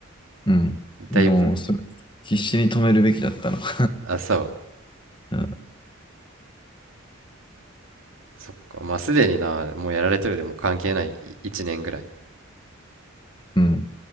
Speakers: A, on the left (about 25°); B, on the right (about 70°).
A: うんもう、
B: だいぶ、
A: それ、必死に止めるべきだったの <laughs>
B: あ、そう。
A: うん、
B: そっか。まあ、すでにな、もうやられてるでも関係ない。1年ぐらい。
A: うん。